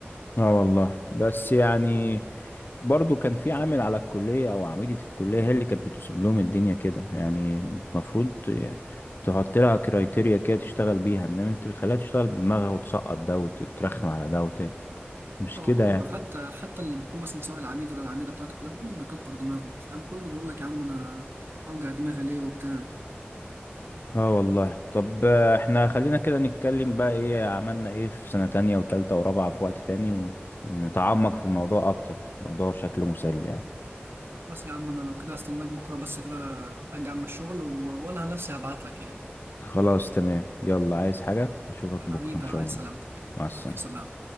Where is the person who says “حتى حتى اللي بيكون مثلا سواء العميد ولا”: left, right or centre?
Right